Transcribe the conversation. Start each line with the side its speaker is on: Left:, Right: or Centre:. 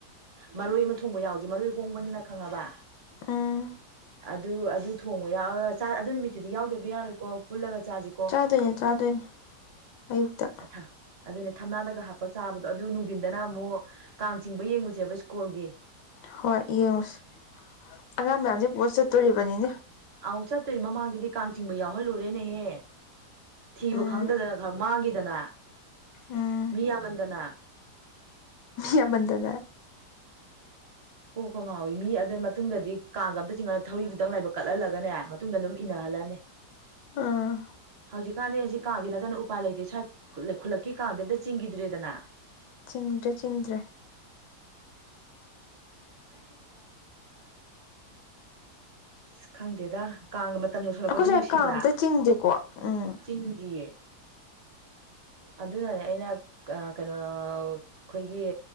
Right: ꯃꯔꯣꯏ ꯑꯃ ꯊꯣꯡꯕ ꯌꯥꯎꯁꯦ ꯃꯔꯣꯏ ꯍꯣꯡꯕꯅꯤꯅ ꯈꯪꯉꯕ
Left: ꯑꯝ
Right: ꯑꯗꯨ ꯑꯗꯨ ꯊꯣꯡꯕ ꯌꯥꯎꯔꯒ ꯆꯥ ꯑꯗꯨ ꯅꯨꯃꯤꯠꯇꯨꯗꯤ ꯌꯥꯎꯗꯕ ꯌꯥꯔꯣꯏꯀꯣ ꯄꯨꯜꯂꯒ ꯆꯥꯁꯦ
Left: ꯆꯥꯗꯣꯏꯅꯦ ꯆꯥꯗꯣꯏꯅꯦ ꯑꯌꯨꯛꯇ
Right: ꯑ ꯑꯗꯨꯅꯦ ꯊꯝꯅꯥꯗꯒ ꯍꯥꯞꯄ ꯆꯥꯕꯗꯣ ꯑꯗꯨ ꯅꯨꯡꯊꯤꯟꯗꯅ ꯑꯃꯨꯛ ꯀꯥꯡ ꯆꯤꯡꯕ ꯌꯦꯡꯉꯨꯁꯦꯕ ꯁ꯭ꯀꯨꯜꯒꯤ
Left: ꯍꯣꯏ ꯌꯦꯡꯉꯨꯁꯤ ꯑꯉꯥꯡ ꯃꯌꯥꯝꯁꯦ ꯄꯨꯔ ꯆꯠꯇꯣꯔꯤꯕꯅꯤꯅꯦ
Right: ꯑꯧ ꯆꯠꯇꯣꯏꯅꯦ ꯃꯃꯥꯡꯗꯗꯤ ꯀꯥꯡ ꯆꯤꯡꯕ ꯌꯥꯎꯍꯜꯂꯨꯔꯦꯅꯦꯍꯦ ꯊꯤꯕ
Left: ꯎꯝ
Right: ꯈꯪꯗꯗꯅ ꯈꯔ ꯃꯥꯡꯈꯤꯗꯅ
Left: ꯎꯝ
Right: ꯃꯤ ꯌꯥꯝꯃꯟꯗꯅ
Left: ꯃꯤ ꯌꯥꯝ ꯃꯟꯗꯅ
Right: ꯀꯣꯛꯀꯥ ꯉꯥꯎꯏꯤ ꯃꯤ ꯑꯗꯨ ꯃꯇꯨꯡꯗꯗꯤ ꯀꯥꯡꯒ ꯑꯝꯇ ꯆꯤꯡꯍꯜꯂ ꯊꯧꯔꯤꯗꯨꯗꯪ ꯂꯥꯏꯕꯛ ꯀꯠꯍꯜꯂꯒꯅꯦ ꯃꯇꯨꯡꯗ ꯑꯗꯨꯝ ꯏꯟꯅꯍꯜꯂꯅꯤ
Left: ꯑꯥ
Right: ꯍꯧꯖꯤꯛꯀꯥꯟꯗꯤ ꯍꯧꯖꯤꯛ ꯀꯥꯡꯒꯤ ꯅꯠꯇꯅ ꯎꯄꯥꯏ ꯂꯩꯇꯦ ꯁ꯭ꯋꯥꯏ ꯈꯨꯜꯂꯛꯀꯤ ꯀꯥꯡꯗꯤ ꯑꯝꯇ ꯆꯤꯡꯈꯤꯗ꯭ꯔꯦꯗꯅ
Left: ꯆꯤꯡꯗ꯭ꯔꯦ ꯆꯤꯡꯗ꯭ꯔꯦ
Right: <unintelligible> ꯑꯁ ꯈꯪꯗꯦꯗ ꯀꯥꯡꯒ ꯃꯇꯝ ꯌꯧꯁꯤꯜꯂꯛꯄꯁꯦ
Left: ꯑꯩꯈꯣꯏ ꯁ꯭ꯋꯥꯏ
Right: ꯅꯨꯡꯁꯤꯗ꯭ꯔꯥ
Left: ꯀꯥꯡ ꯑꯝꯇ ꯆꯤꯡꯗꯦꯀꯣ ꯎꯝ
Right: ꯆꯤꯡꯗꯤꯌꯦ ꯑꯗꯨꯅꯅꯦ ꯑꯩꯅ ꯑ ꯀꯩꯅꯣ ꯑꯩꯈꯣꯏꯒꯤ